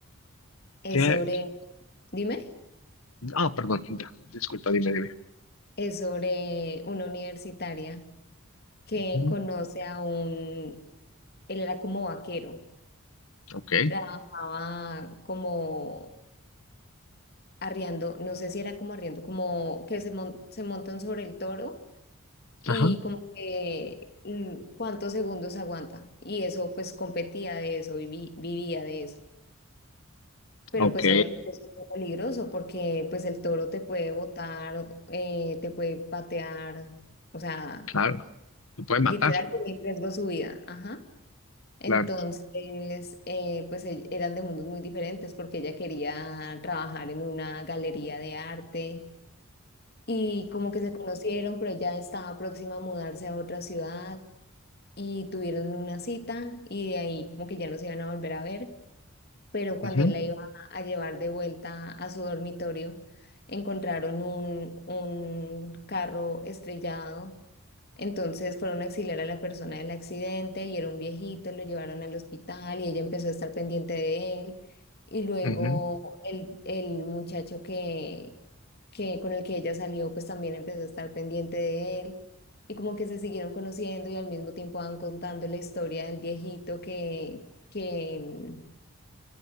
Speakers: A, on the left; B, on the left.
A: Es
B: ¿Qué?
A: sobre, dime,
B: Ah, perdón, ya, disculpa, dime, dime.
A: es sobre una universitaria que
B: Ujú,
A: conoce a un, él era como vaquero,
B: Ok,
A: trabajaba como arriando, no sé si era como arriando, como que se, mon- se montan sobre el toro y
B: ajá,
A: como que mm, cuántos segundos aguanta. Y eso pues competía de eso, vivi- vivía de eso. Pero
B: ok,
A: pues obviamente eso es muy peligroso porque pues el toro te puede botar, eh, te puede patear, o sea...
B: claro. Te puede
A: Literal
B: matar,
A: ponía en riesgo su vida. Ajá. Entonces,
B: claro.
A: eh, pues e- eran de mundos muy diferentes porque ella quería trabajar en una galería de arte y como que se conocieron, pero ella estaba próxima a mudarse a otra ciudad y tuvieron una cita y de ahí como que ya no se iban a volver a ver, pero cuando
B: Ujú,
A: él la iba a llevar de vuelta a su dormitorio, encontraron un, un carro estrellado entonces fueron a auxiliar a la persona del accidente y era un viejito, lo llevaron al hospital y ella empezó a estar pendiente de él. Y luego
B: ujú,
A: el, el muchacho que, que con el que ella salió, pues también empezó a estar pendiente de él. Y como que se siguieron conociendo y al mismo tiempo van contando la historia del viejito que, que,